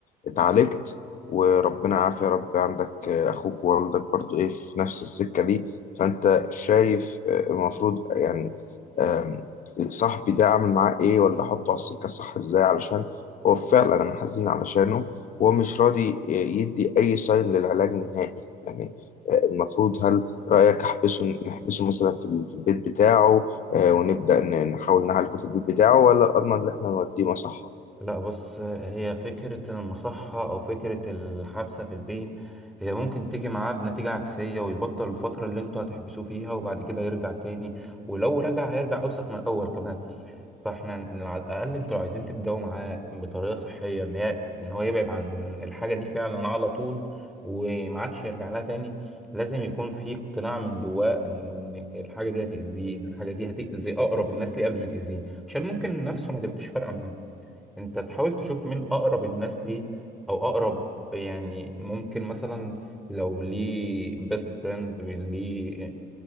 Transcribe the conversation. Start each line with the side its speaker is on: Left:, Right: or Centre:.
Left: اتعالجت وربنا عافية يا رب عندك آه، اخوك ووالدك برضو ايه في نفس السكه دي فانت شايف آه، المفروض يعني آم، صاحبي ده اعمل معاه ايه ولا احطه على السكه الصح ازاي علشان هو فعلا انا حزين علشانه هو مش راضي يدي أي ساين للعلاج نهائي يعني آه، المفروض هل رأيك أحبسه نحبسه مثلا في ال- في البيت بتاعه آه، ونبدأ ن- نحاول نعالجه في البيت بتاعه ولا الأضمن إن إحنا نوديه مصحة؟
Centre: لا بص هي فكرة المصحة او فكرة الحبسة في البيت هي ممكن تيجي معاه بنتيجة عكسية ويبطل الفترة اللي انتوا هتحبسوه فيها وبعد كده يرجع تاني ولو رجع هيرجع اوسخ من الاول كمان فاحنا ن- على الاقل انتوا عايزين تبداوا معاه بطريقه صحيه ان هي ان هو يبعد عن الحاجه دي فعلا على طول وما عادش يرجع لها تاني لازم يكون في اقتناع من جواه ان الحاجه دي هتاذيه ان الحاجه دي هتاذي اقرب الناس ليه قبل ما تاذيه عشان ممكن نفسه ما تبقاش فارقه انت تحاول تشوف مين اقرب الناس ليه او اقرب يعني ممكن مثلا لو ليه بيست فريند ليه